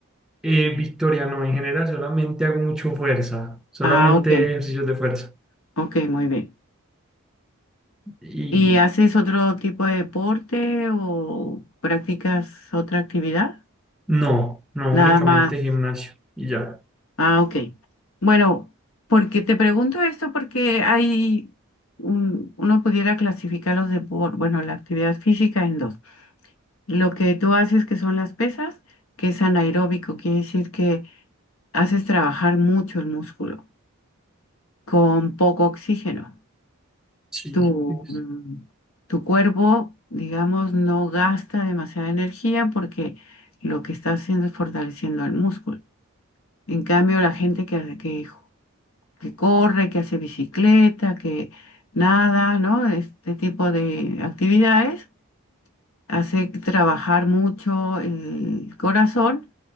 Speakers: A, in the centre; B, on the left.
A: eh, Victoria, no, en general solamente hago mucho fuerza, solamente
B: Ah, ok,
A: ejercicios de fuerza.
B: ok, muy bien.
A: Y
B: ¿Y haces otro tipo de deporte o practicas otra actividad?
A: no, no,
B: Nada
A: únicamente
B: más.
A: gimnasio y ya.
B: Ah, ok. Bueno, porque te pregunto esto porque hay un- uno pudiera clasificar los deportes, bueno, la actividad física en dos. Lo que tú haces que son las pesas, que es anaeróbico, quiere decir que haces trabajar mucho el músculo con poco oxígeno.
A: Sí,
B: Tu,
A: es-
B: mm, tu cuerpo, digamos, no gasta demasiada energía porque lo que está haciendo es fortaleciendo el músculo. En cambio, la gente que, hace- que que corre, que hace bicicleta, que nada, ¿no? Este tipo de actividades hace trabajar mucho el corazón